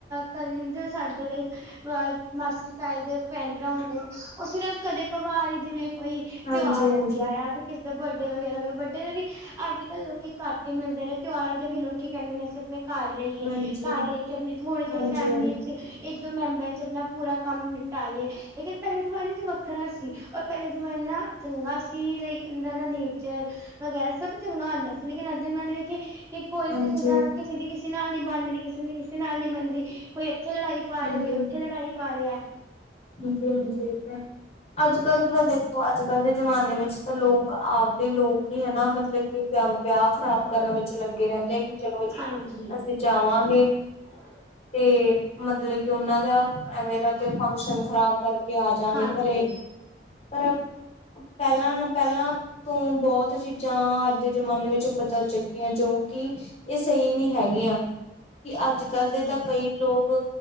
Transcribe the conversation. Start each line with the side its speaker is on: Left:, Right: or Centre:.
Right: ਕਰਨ ਸਾਡੇ ਲਈ ਅਹ ਮਾਸੀ ਤਾਏ ਦੇ ਭੈਣ ਭਰਾ ਹੁੰਦੇ ਨੇ ਉਹ ਸਿਰਫ ਕਦੇ ਘਵਾਰ ਹੀ ਜਿਵੇਂ ਕੋਈ
Left: ਹਾਂਜੀ
Right: ਤਿਉਹਾਰ
Left: ਹਾਂਜੀ
Right: ਹੋ ਗਿਆ ਆ ਫਿਰ ਕਿਸੇ ਦਾ ਬਰਡੇ ਵਗੈਰਾ ਹੋ ਗਿਆ, ਬਰਡੇ ਦੇ ਵੀ ਅੱਜ ਕੱਲ੍ਹ ਲੋਕੀ ਘੱਟ ਹੀ ਮਿਲਦੇ ਨੇ ਤਿਉਹਾਰਾਂ ਦੇ ਵੀ ਲੋਕੀ ਕਹਿੰਦੇ ਨੇ ਅਸੀਂ ਆਪਣੇ ਘਰ ਰਹੀਏ
Left: ਹਾਂਜੀ
Right: ਘਰ ਰਹਿ ਕੇ ਆਪਣੀ ਥੋੜੀ-ਥੋੜ੍ਹੀ
Left: ਹਾਂਜੀ
Right: ਫੈਮਿਲੀ
Left: ਹਾਂਜੀ
Right: ਚ ਇੱਕ ਦੋ ਮੈਂਬਰ ਚ ਆਪਣਾ ਪੂਰਾ ਕੰਮ ਨਿਪਟਾਲਈਏ ਲੇਕਿਨ ਪਹਿਲੇ ਜਮਾਨੇ ਚ ਵੱਖਰਾ ਸੀ ਔਰ ਪਹਿਲੇ ਜ਼ਮਾਨਾ ਚੰਗਾ ਸੀ। ਤੇ ਇਕ ਉਹਨਾਂ ਦਾ ਨੇਚਰ ਵਗੈਰਾ ਸਭ ਚੰਗਾ ਹੁੰਦਾ। ਲੇਕਿਨ ਅੱਜ ਦੇ ਜ਼ਮਾਨੇ ਵੇਖੀਏ ਕਿ ਕੋਈ
Left: ਹਾਂਜੀ
Right: ਕਿਸੇ ਨਾਲ ਕਿਸੇ ਦੀ ਕਿਸੇ ਨਾਲ ਨਹੀਂ ਬਣਦੀ ਕਿਸੇ ਨੇ ਕਿਸੇ ਨਾਲ ਨਹੀਂ ਬਨਦੀ ਕੋਈ ਇੱਥੇ ਲੜਾਈ ਪਾ
Left: ਹਾਂਜੀ
Right: ਰਿਹਾ ਕੋਈ ਉੱਥੇ ਲੜਾਈ ਪਾ ਰਿਹਾ
Left: ਹਾਂਜੀ ਹਾਂਜੀ ਇਹ ਤਾਂ ਹੈ ਅੱਜਕੱਲ ਜ਼ਰਾ ਦੇਖੋ ਅੱਜ ਕੱਲ੍ਹ ਦੇ ਜਮਾਨੇ ਵਿੱਚ ਤਾਂ ਲੋਕ ਆਪਦੇ ਲੋਕ ਕੀ ਮਤਲਬ ਕਿ ਵਿ ਵਿਆਹ ਖ਼ਰਾਬ ਕਰਨ ਵਿੱਚ ਲੱਗੇ ਰਹਿੰਦੇ ਆ ਕਿ ਚਲੋ ਜੀ
Right: ਹਾਂਜੀ
Left: ਅਸੀਂ ਚਾਹਵਾਂਗੇ
Right: <inaudible>
Left: ਤੇ ਮਤਲਬ ਕਿ ਉਹਨਾਂ ਦਾ ਐਵੇਂ ਦਾ ਕੋਈ ਫੰਕਸ਼ਨ ਖ਼ਰਾਬ ਕਰਕੇ ਆ ਜਾਂਗੇ
Right: ਹਾਂਜੀ
Left: ਘਰੇ ਪਰ ਪਹਿਲਾਂ ਨਾ ਪਹਿਲਾਂ ਤੋਂ ਬਹੁਤ ਚੀਜ਼ਾਂ ਅੱਜ ਦੇ ਜ਼ਮਾਨੇ ਵਿੱਚ ਬਦਲ ਚੁੱਕੀਆਂ ਜੋ ਕਿ ਇਹ ਸਹੀ ਨਹੀਂ ਹੈਗੀਆਂ ਕਿ ਅੱਜ ਕੱਲ
Right: ਹਾਂਜੀ
Left: ਦੇ ਤਾਂ ਕਈ ਲੋਕ